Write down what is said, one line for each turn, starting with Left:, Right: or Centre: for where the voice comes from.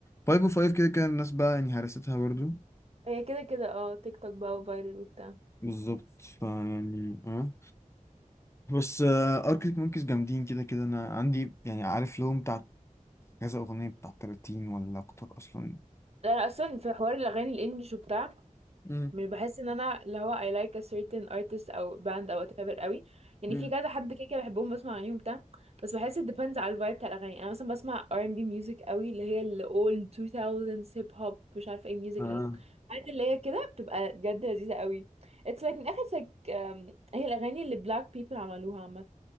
Left: 505 كده كده الناس بقى يعني هرستها برضو
Right: هي كده كده اه تيك توك بقى وفايرل وبتاع
Left: بالظبط فيعني اه بس اركتيك مونكيز جامدين كده كده انا عندي يعني عارف لهم بتاع كذا اغنيه بتاع 30 ولا اكتر اصلا
Right: ده انا اصلا في حوار الاغاني الانجليش وبتاع
Left: مم.
Right: مش بحس ان انا اللي هو I like a certain artist او band او whatever قوي يعني
Left: امم
Right: في كذا حد كده كده بحبهم بسمع اغانيهم بتاع بس بحس it depends على الفايب بتاع الاغاني انا مثلا بسمع R&B music قوي اللي هي ال old 2000s hip hop مش عارفه ايه music
Left: اه
Right: الحاجات اللي هي كده بتبقى بجد لذيذه قوي it's like من اخر like um, هي الاغاني اللي black people عملوها عامه